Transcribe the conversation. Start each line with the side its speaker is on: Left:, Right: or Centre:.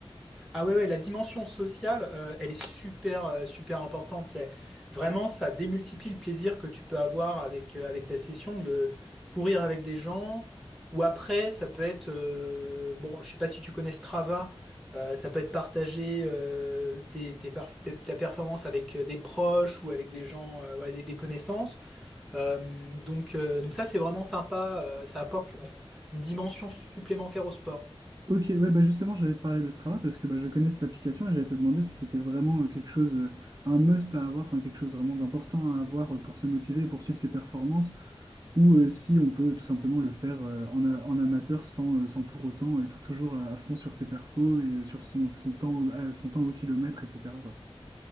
Centre: Ah ouais, ouais, la dimension sociale, euh, elle est super, euh, super importante. C'est vraiment, ça démultiplie le plaisir que tu peux avoir avec, euh, avec ta session de courir avec des gens. Ou après, ça peut être, euh, bon, je sais pas si tu connais Strava, euh, ça peut être partager euh, tes, tes perf- tes- ta performance avec euh, des proches ou avec des gens, euh, voilà, des des connaissances. Euh, donc, euh, donc ça, c'est vraiment sympa. euh, ça apporte euh, une dimension supplémentaire au sport.
Right: Ok, ouais, bah justement, j'allais te parler de Strava parce que bah, je connais cette application et j'allais te demander si c'était vraiment euh, quelque chose, euh, un must à avoir, enfin quelque chose vraiment d'important à avoir euh, pour se motiver et poursuivre ses performances, ou euh, si on peut tout simplement le faire euh, en, a- en amateur sans, euh, sans pour autant être toujours à à fond sur ses perfos et euh, sur son, son temps, au- euh, son temps au kilomètre, etc. quoi.